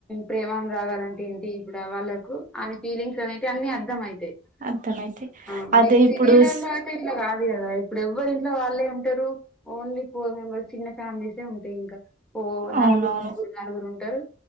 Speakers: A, in the centre; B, on the right.
A: ప్రేమాను రాగాలంటే ఏంటి ఇప్పుడు వాళ్ళకు అని ఫీలింగ్స్ అనేటివి అన్ని అర్థం అయితాయి తీ
B: అర్థమైతాయి
A: ఆ
B: అదే
A: మేం
B: ఇప్పుడు
A: సిటీలల్లో
B: స్-
A: ఐతే ఇట్లా కాదు అది కదా ఇప్పుడు ఎవ్వరు ఇంట్లో వాళ్ళే ఉంటారు ఓన్లీ ఫోర్ మెంబర్స్ చిన్న ఫ్యామిలీసే ఉంటాయి ఇంకా ఓ
B: అవునవును
A: నలుగురు ముగ్గురు నలుగురు ఉంటారు